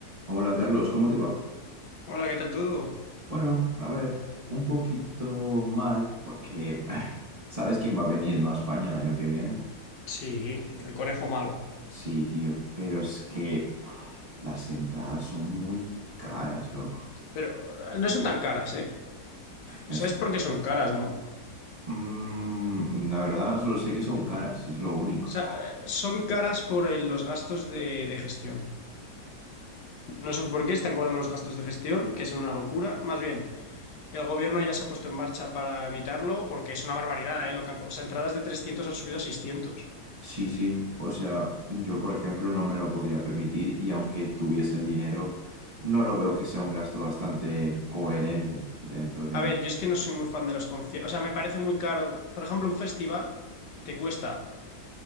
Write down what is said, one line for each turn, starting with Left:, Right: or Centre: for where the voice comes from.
Right: Hola Carlos, ¿cómo te va?
Left: Hola, ¿qué tal todo?
Right: Bueno, a ver, un poquito mal porque <laughs> ¿sabes quién va a venir, no, a España el año que viene?
Left: Sí, el conejo malo.
Right: Sí, tío, pero es que <sighs> las entradas son muy caras, loco.
Left: Pero eh, no son tan caras, ¿eh?
Right: Me está-
Left: ¿Sabes por qué son caras, no? O
Right: Mm, la verdad, solo sé que son caras, es lo único.
Left: sea, eh, son caras por el- los gastos de, de gestión. No sé por qué están cobrando los gastos de gestión, que es una locura. Más bien, el gobierno ya se ha puesto en marcha para evitarlo, porque es una barbaridad, ¿eh? Lo que han co- o sea, entradas de 300 han subido a 600.
Right: Sí, sí, o sea, yo por ejemplo no me lo podría permitir y aunque tuviese el dinero, no lo veo que sea un gasto bastante coherente dentro de mí.
Left: A ver, yo es que no soy muy fan de los conciertos. O sea, me parece muy caro. Por ejemplo, un festival te cuesta